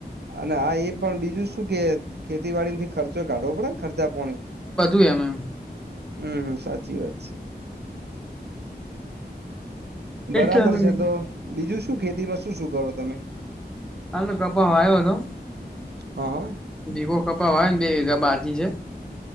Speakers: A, on the right; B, in the centre.
A: અને આ એ પણ બીજું શું કે, ખેતીવાડી માંથી ખર્ચો કાઢવો પડે, ખર્ચા-પોણી.
B: બધું એમ એમ.
A: હમ.. સાચી વાત છે. બરાબર
B: એટલા મે
A: છે તો, બીજું શું ખેતીમાં શું-શું કરો તમે?
B: હા કપા હ આવ્યો હતો <unintelligible>
A: હા હા..
B: દીવો કપા હોય ને બેજા બા <unintelligible>